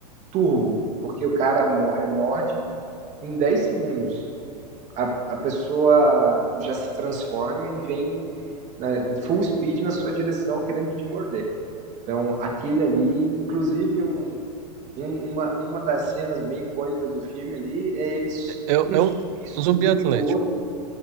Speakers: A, on the right; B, on the right.
A: turbo, porque o cara mo- é morde em 10 segundos. A, a pessoa já se transforma e vem na- em full speed na sua direção querendo te morder. Então, aquele ali, inclusive um, um- uma, uma das cenas bem icônicas do filme ali é eles
B: É, é
A: um zumbi
B: um,
A: subindo
B: um zumbi atlético.
A: no outro,